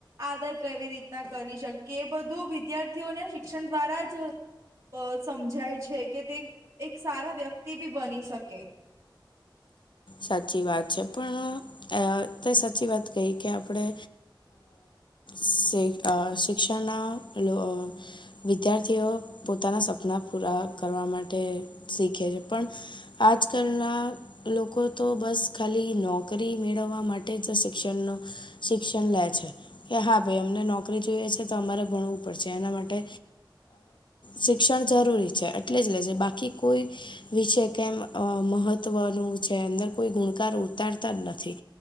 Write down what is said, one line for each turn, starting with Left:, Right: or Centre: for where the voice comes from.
Right: આદર કેવી રીતના કરી શકે, એ બધું વિદ્યાર્થીઓને શિક્ષણ દ્વારા જ અ સમજાય છે કે તે એક સારા વ્યક્તિ બી બની શકે.
Left: સાચી વાત છે, પણ તે સાચી વાત કહી કે આપણે સ શિક્ષણ લો <unintelligible> વિદ્યાર્થીઓ પોતાના સપના પૂરા કરવા માટે શીખે છે, પણ આજકલના લોકો. તો બસ ખાલી નોકરી મેળવવા માટે જ શિક્ષણનો. શિક્ષણ લે છે કે, હા ભાઈ, અમને નોકરી જોઈએ છે, તો અમારે ભણવું પડશે એના માટે. શિક્ષણ જરૂરી છે એટલે જ લે છે, બાકી કોઈ. વિશે કેમ મહત્વનું છે અંદર. કોઈ ગુણકાર ઉતારતા જ નથી